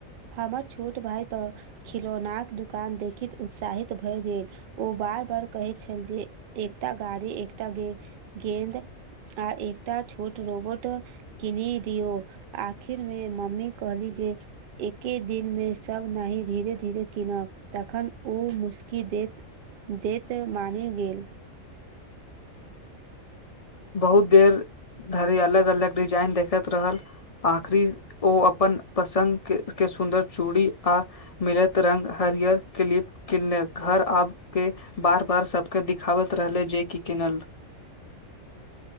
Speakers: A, on the right; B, on the left.
A: हमर छोट भाय तऽ खिलौनाक दुकान देखीत उत्साहित भए गेल ओ बार बार कहै छल जे एकटा गाड़ी एकटा गे गेंद आ एकटा छोट रोबोट किनि दियौ आखिर मे मम्मी कहली जे एके दिनमे सब नाही धीरे धीरे किनब तखन ओ मुसकी देत देतऽ मानि गेल।
B: बहुत देर धरि अलग अलग डिजाइन देखैत रहल आखरी ओ अपन पसंद के सुन्दर चूड़ी आ मिलैत रंग हरियर क्लिप किनले घर आब के बार बार सबके दिखाबैत रहले जे कि किनल